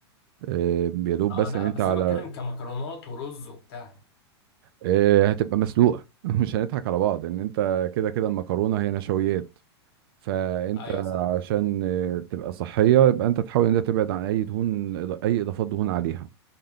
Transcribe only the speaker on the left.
اه
لا
بس
انا بتكلم كمكرونات ورز وبتاع
ايوه صح